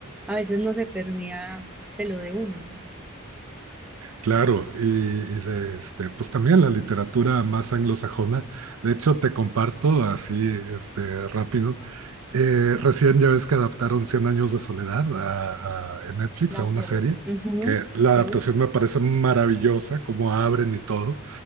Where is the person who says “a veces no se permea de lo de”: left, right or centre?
Centre